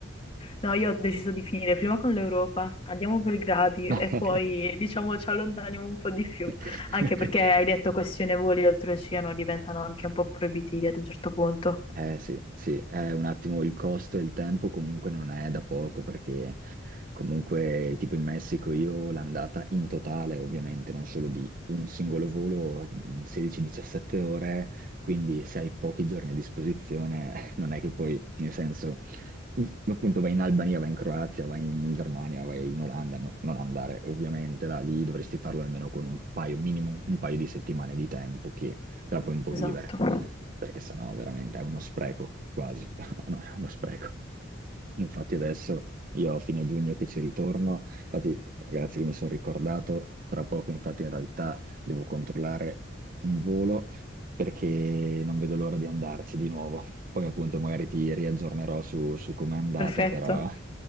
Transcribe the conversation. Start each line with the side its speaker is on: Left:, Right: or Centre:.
Left: No, io ho deciso di finire prima con l'Europa, andiamo per gradi
Right: <laughs>
Left: e poi diciamo ci allontaniamo un po' di più,
Right: <laughs>
Left: anche perché hai detto questione voli oltreoceano diventano anche un po' proibitivi ad un certo punto.
Right: Eh sì, sì, è un attimo il costo e il tempo comunque non è da poco perché comunque tipo in Messico io l'andata in totale ovviamente non solo di un singolo volo, mh, 16-17 ore, quindi se hai pochi giorni a disposizione <laughs> non è che poi nel senso mh, appunto vai in Albania, vai in Croazia, vai in Germania, vai in Olanda, no- non andare ovviamente là, lì dovresti farlo almeno con un paio minimo, un paio di settimane di tempo che te la puoi un po'
Left: Esatto.
Right: vivere perché sennò veramente è uno spreco, quasi. <laughs> No, è uno spreco. Infatti adesso io a fine giugno che ci ritorno, infatti grazie che mi sono ricordato, tra poco infatti in realtà devo controllare un volo perché non vedo l'ora di andarci di nuovo. Poi appunto magari ti riaggiornerò su, su com'è andata,
Left: Perfetto.
Right: però <laughs>